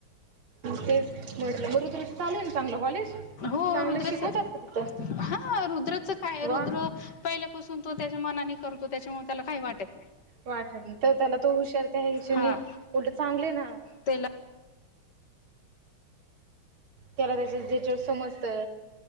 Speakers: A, on the right; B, on the left.
A: तेच म्हटलं रुद्र चा चालू आहे ना चांगलं कॉलेज
B: हो
A: चांगलं
B: रुद्रच
A: शिकवतात का तिथं
B: हा रुद्रच काय
A: वा
B: रुद्र पहिल्यापासून तो त्या मनाने करतो त्याच्यामुळे त्याला काही वाटत नाही.
A: वाटत तर त्याला तो हुशार त्या हिशानी
B: हा
A: उलट चांगले ना
B: त्याला
A: त्याला त्याच ज्याच्यात समजत.